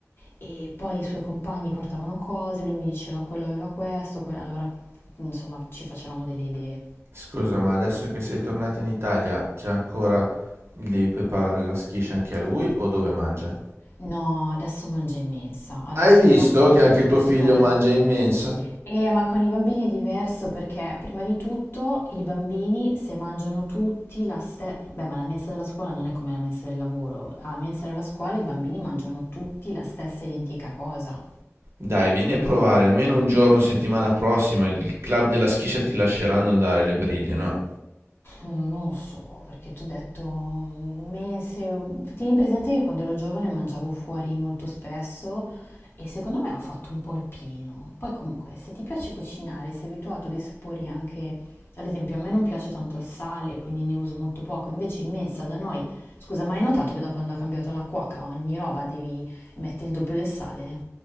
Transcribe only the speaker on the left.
E poi i suoi compagni portavano cose, lui mi diceva quello aveva questo, quello- allora insomma ci facevamo delle idee.
No, adesso mangia in mensa, adesso
grazie al
cielo
le
scuole.
Eh, ma con i bambini è diverso perché prima di tutto i bambini se mangiano tutti la stessa... Beh, ma la mensa della scuola non è come la mensa del lavoro. Alla mensa della scuola i bambini mangiano tutti la stessa identica cosa.
Mm, Non lo so, perché tu hai detto mese. Tieni presente che quando ero giovane mangiavo fuori molto spesso e secondo me ho fatto un po' il pieno. Poi comunque, se ti piace cucinare, sei abituato a dei sapori anche, ad esempio, a me non piace tanto il sale, quindi ne uso molto poco, invece in mensa da noi, scusa, ma hai notato che da quando ha cambiato la cuoca ogni roba devi mettere il doppio del sale?